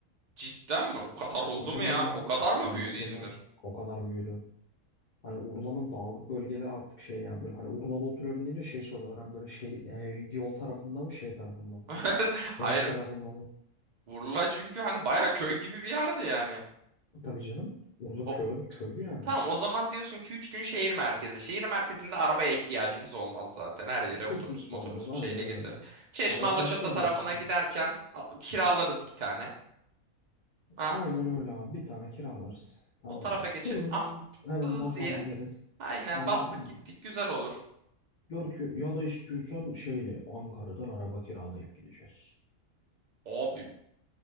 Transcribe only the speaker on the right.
Cidden mi? O kadar oldu
mu ya? O kadar mı
büyüdü İzmir?
<laughs> Hayır.
Urla çünkü hani baya köy gibi bir yerdi yani.
O,
Tamam o zaman diyorsun ki 3 gün şehir merkezi. Şehir merkezinde arabaya ihtiyacımız olmaz zaten. Her yere
otobüs motobüs
bir
şeyle getiririz.
Çeşme
Alaçatı
tarafına giderken a- kiralarız bir tane. Ha,
o tarafa
geçeriz.
Ah,
bız
diye.
Aynen
bastık
gittik
güzel olur.
Abi